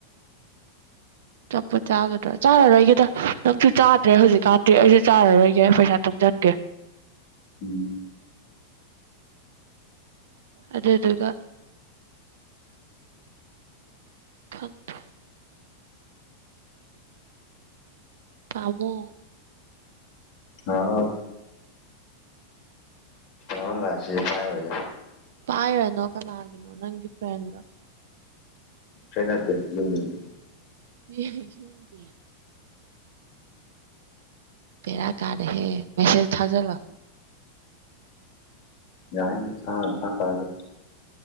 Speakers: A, on the right; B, on the left.
A: ꯑꯆꯥꯄꫭꯠ ꯆꯥꯒꯗ꯭ꯔꯥ ꯆꯥꯔꯔꯣꯏꯒꯦꯗ ꯅꯪꯁꯨ ꯆꯥꯗ꯭ꯔꯦ ꯍꯧꯖꯤꯛꯀꯥꯟꯗꯤ ꯑꯩꯁꯨ ꯆꯥꯔꯔꯣꯏꯒꯦ ꯑꯩ ꯄꯩꯁꯥ ꯇꯨꯡꯖꯟꯒꯦ
B: ꯎꯝ
A: ꯑꯗꯨꯗꯨꯒ ꯈꯪꯗꯦ ꯄꯥꯝꯃꫭ
B: ꯍꯥꯎ <unintelligible>
A: ꯄꯥꯏꯔꯅꯣ ꯀꯅꯥꯒꯤꯅꯣ ꯅꯪꯒꯤ ꯐ꯭ꯔꯦꯟꯗꫭ
B: ꯁꯤ ꯅꯠꯇꯦ ꯌꯨꯝꯗꯅꯤ
A: <unintelligible> ꯕꯦꯔꯥ ꯀꯥꯔꯦꯍꯦ ꯃꯦꯁꯦꯖ ꯊꯥꯖꯜꯂꯣ
B: ꯌꯥꯏꯅꯤꯗ ꯊꯥ ꯊꯥꯇꯥꯖꯨ